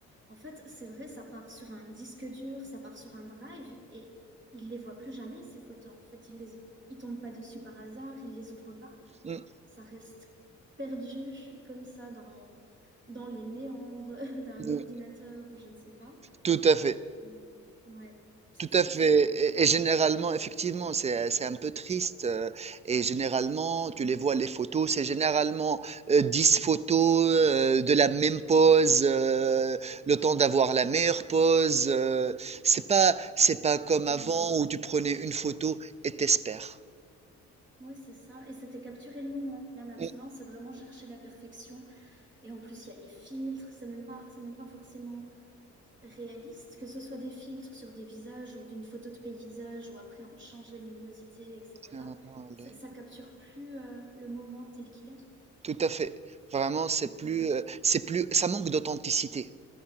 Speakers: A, on the right; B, on the right.
A: en fait, c'est vrai, ça part sur un disque dur, ça part sur un drive, et ils les voient plus jamais, ces photos. En fait, ils les, ils tombent pas dessus par hasard, ils les ouvrent pas.
B: Mm.
A: ça reste perdu comme ça dans, dans les méandres <laughs> d'un
B: Mm,
A: ordinateur ou je ne sais pas.
B: Tout à fait.
A: Mm. Ouais, c'est
B: Tout
A: triste.
B: à fait. Et, et généralement, effectivement, c'est, c'est un peu triste. euh, et généralement, tu les vois, les photos, c'est généralement euh, 10 photos euh, de la même pose, euh, le temps d'avoir la meilleure pose. euh, c'est pas, c'est pas comme
A: Ouais,
B: avant où tu prenais une photo et t'espères.
A: Ouais, c'est ça. Et c'était capturer le moment. Là maintenant,
B: Et
A: c'est vraiment chercher la perfection. Et en plus, il y a les filtres. C'est même pas, c'est même pas forcément réaliste, que ce soit des filtres sur des visages ou d'une photo de paysage où après on change la luminosité, etc.
B: généralement, elle
A: Ça,
B: est-
A: ça capture plus euh, le moment tel qu'il est.
B: Tout à fait. Vraiment, c'est plus,
A: Ouais,
B: euh, c'est plus, ça manque d'authenticité.